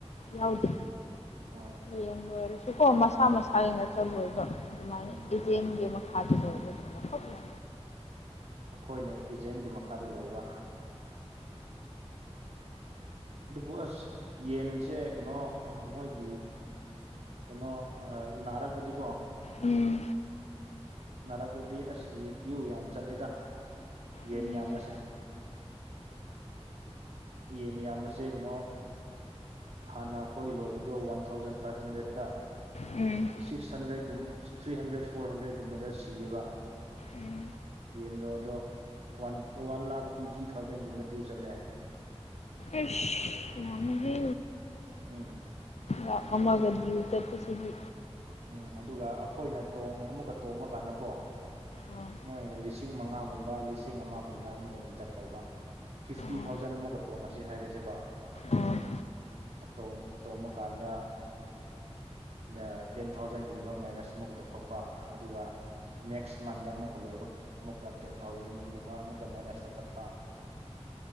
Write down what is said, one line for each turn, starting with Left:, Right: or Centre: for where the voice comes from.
Left: ꯌꯥꯎꯗꯦ
Right: ꯑ
Left: ꯌꯦꯡ ꯂꯣꯏꯔꯁꯨꯀꯣ ꯃꯁꯥ ꯃꯁꯥꯒꯤ ꯉꯥꯛꯇ ꯂꯣꯏꯕ ꯑꯗꯨꯃꯥꯏꯅ
Right: ꯎꯝ
Left: ꯏꯖꯦꯟꯒꯤ ꯑꯃ ꯍꯥ ꯂ
Right: ꯃꯈꯈꯣꯏꯅ ꯏꯖꯦꯟꯒꯤ ꯃꯈꯥꯗ ꯂꯣꯏꯕ ꯑꯗꯨꯕꯨ ꯑꯁ ꯌꯦꯟꯁꯦ ꯀꯩꯅꯣ ꯃꯣꯏꯒꯤ ꯀꯩꯅꯣ ꯅꯥꯔꯛꯑꯗꯤꯀꯣ
Left: ꯎꯝ
Right: ꯅꯥꯔꯛꯂꯗꯤ ꯑꯁꯁ ꯗ꯭ꯌꯨ ꯌꯥꯝ ꯆꯠꯂꯦꯗ ꯌꯦꯟ
Left: ꯎꯝ
Right: ꯌꯥꯝꯕꯁꯦ ꯌꯦꯟ ꯌꯥꯝꯕꯁꯦ ꯀꯅꯣ ꯍꯥꯟꯅ ꯑꯩꯈꯣꯏ ꯂꯣꯏꯕꯗꯣ ꯋꯥꯟ ꯊꯥꯎꯖꯟ ꯐꯥꯏꯚ ꯍꯟꯗ꯭ꯔꯦꯠꯇ
Left: ꯎꯝ
Right: ꯁꯤꯛꯁ ꯍꯟꯗ꯭ꯔꯦꯠꯒꯨꯝꯕ ꯊ꯭ꯔꯤ ꯍꯟꯗ꯭ꯔꯦꯠ ꯐꯣꯔ ꯍꯟꯗ꯭ꯔꯦꯠꯀꯨꯝꯕꯗ ꯁꯤꯌꯦꯕ
Left: ꯎꯝ
Right: ꯌꯦꯟꯗꯣ ꯑꯗꯣ ꯋꯥꯟ ꯋꯥꯟ ꯂꯥꯛ ꯇ꯭ꯋꯦꯟꯇꯤ ꯊꯥꯎꯖꯟꯒꯨꯝꯕ ꯗꯤꯎ ꯆꯠꯂꯦ
Left: ꯑꯁ ꯌꯥꯝꯃꯦꯍꯦ
Right: ꯎꯝ
Left: ꯂꯥꯛ ꯑꯃꯒ ꯗꯤꯌꯨ ꯆꯠꯄꯁꯤꯗꯤ
Right: ꯎꯝ ꯑꯗꯨꯒ ꯑꯩꯈꯣꯏꯅ ꯇꯣꯡ ꯑꯃꯨꯛꯀ ꯇꯣꯡꯕ ꯀꯥꯟꯗꯀꯣ
Left: ꯑꯥ
Right: ꯃꯣꯏꯅ ꯂꯤꯁꯤꯡ ꯃꯉꯥꯒꯨꯝꯕ ꯂꯤꯁꯤꯡ ꯑꯃꯒꯨꯝꯅ ꯑꯃꯨꯛꯀ ꯗꯤꯗꯛ ꯇꯧꯕ ꯐꯤꯐꯇꯤ
Left: ꯑꯥ
Right: ꯊꯥꯎꯖꯟ ꯑꯃꯨꯛꯀ ꯇꯣꯡꯉꯁꯤ ꯍꯥꯏꯔꯁꯦꯕ
Left: ꯑꯥ
Right: ꯇꯣꯡ ꯇꯣꯡꯕꯀꯥꯟꯗ ꯗ ꯇꯦꯟ ꯊꯥꯎꯖꯟꯒꯨꯝꯕ ꯃꯥꯏꯅꯁ ꯑꯃꯨꯛꯀ ꯇꯧꯊꯣꯛꯄ ꯑꯗꯨꯒ ꯅꯦꯛꯁ ꯃꯟꯗ ꯑꯃꯨꯛꯀ ꯂꯣꯏꯕ ꯑꯃꯨꯛꯀ ꯇꯦꯟ ꯊꯥꯎꯖꯟꯒꯨꯝꯕ ꯑꯃꯨꯛꯀ ꯃꯥꯏꯅꯁ ꯇꯧꯈꯠꯄ